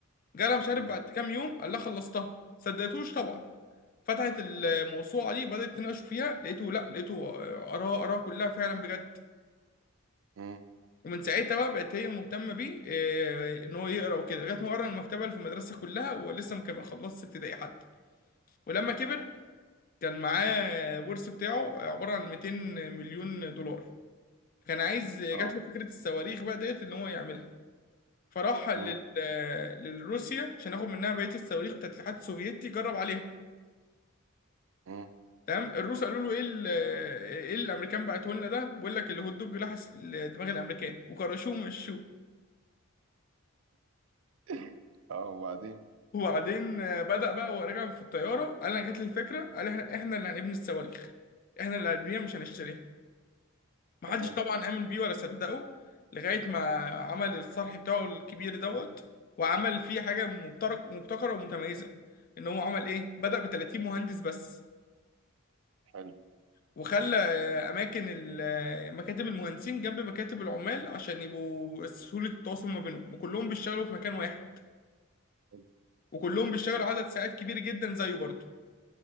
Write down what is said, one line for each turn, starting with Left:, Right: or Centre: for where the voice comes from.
Left: جالها مش عارف
Right: مم.
Left: بعد كام يوم قال لها خلصتها صدقتوش طبعا فتحت الموسوعه دي بدات تناقش فيها لقيته لا لقيته قراها قراها كلها فعلا بجد
Right: مم.
Left: ومن ساعتها بقى بقت هي مهتمه بيه آه، ان هو يقرا وكده لغايه ما قرا المكتبه اللي في المدرسه كلها ولسه ما كان ما خلصش ابتدائي حتى ولما كبر كان معاه ورث بتاعه عباره عن 200 مليون دولار كان عايز جات
Right: اه
Left: له فكره الصواريخ بقى ديت ان هو يعملها فراح لل...
Right: مم.
Left: للروسيا عشان ياخد منها بقيه الصواريخ بتاعت الاتحاد السوفيتي جرب عليها
Right: مم.
Left: تمام الروس قالوا له ايه ال... ايه اللي الامريكان بعته لنا ده بيقول لك الهوت دوج لحس دماغ الامريكان وكرشوه ومشوه
Right: <laughs> اه وبعدين
Left: وبعدين بدأ بقى وهو راجع في الطياره قال انا جات لي الفكره قال احنا احنا اللي هنبني الصواريخ احنا اللي هنبنيها مش هنشتريها محدش
Right: تمام
Left: طبعا امن بيه ولا صدقه لغايه ما عمل الصرح بتاعه الكبير دوت وعمل فيه حاجه مبترك مبتكره ومتميزه ان هو عمل ايه بدأ ب 30 مهندس بس
Right: حلو
Left: وخلى آه، اماكن ال- آه، مكاتب المهندسين جنب مكاتب العمال عشان يبقوا سهولة التواصل ما بينهم وكلهم بيشتغلوا في مكان واحد
Right: حلو.
Left: وكلهم بيشتغلوا عدد ساعات كبير جدا زيه برضه